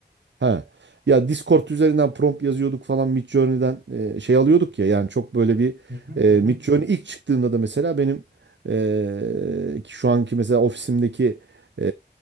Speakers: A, on the right; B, on the right.
A: Ha. Ya Discord üzerinden prompt yazıyorduk falan Midjourney'den e, şey alıyorduk ya yani çok böyle bir
B: Hı hı
A: e,
B: hı. hı.
A: Midjourney ilk çıktığında da mesela benim e, ki şu anki mesela ofisimdeki e,